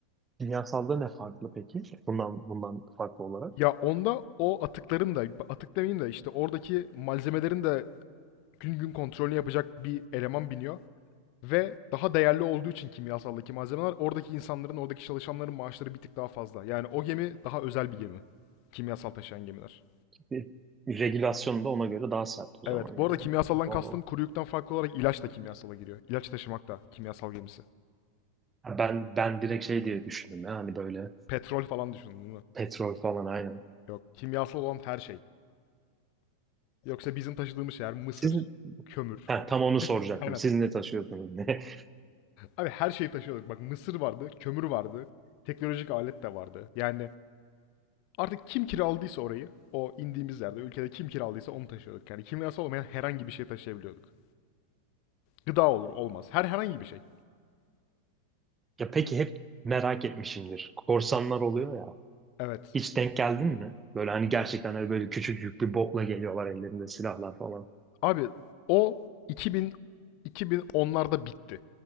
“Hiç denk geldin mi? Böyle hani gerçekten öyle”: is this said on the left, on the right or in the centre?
Right